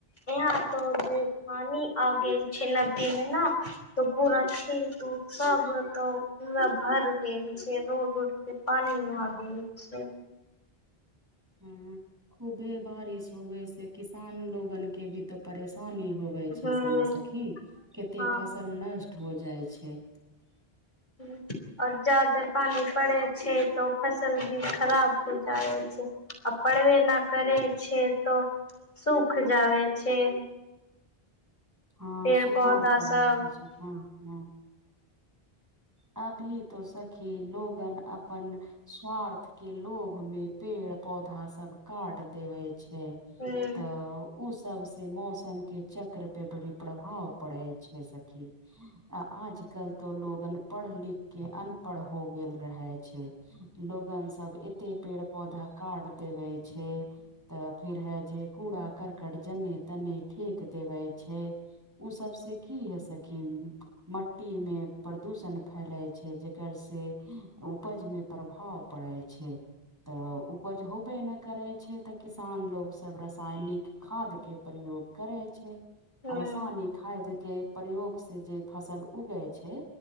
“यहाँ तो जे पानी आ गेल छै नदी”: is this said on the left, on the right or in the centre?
Left